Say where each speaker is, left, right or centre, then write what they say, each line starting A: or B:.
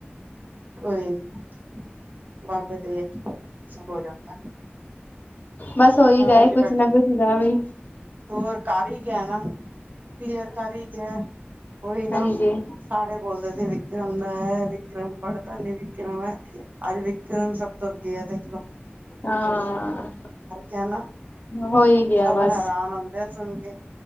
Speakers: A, on the right; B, on the left.
A: ਕੋਈ ਨੀ। <unintelligible>
B: ਬਸ ਉਹੀਦਾ
A: ਬਾਬਾ
B: ਆ,
A: ਜੀ
B: ਕੁਛ
A: ਬੈਠੇ
B: ਨਾ ਕੁਛ ਦਾ ਵੀ।
A: ਹੋਰ ਕਰ ਹੀ ਗਿਆ ਨਾ, ਕਲੀਅਰ ਕਰ ਹੀ ਗਿਆ ਉਹੀ ਨਾ।
B: ਹਾਂਜੀ
A: ਸਾਰੇ ਬੋਲਦੇ ਸੀ ਵਿਕਰਮ ਐਂ, ਵਿਕਰਮ ਪੜ੍ਹਦਾ ਨੀ, ਵਿਕਰਮ ਐਂ। ਅੱਜ ਵਿਕਰਮ ਸ ਅੱਗੇ ਆ ਦੇਖਲੋ।
B: ਹਾਂ
A: ਜਾ ਨਾ,
B: ਹੋ ਹੀ ਗਿਆ
A: ਸਭ
B: ਬਸ
A: ਹੈਰਾਨ ਹੁੰਦੇ ਆ ਸੁਣ ਕੇ।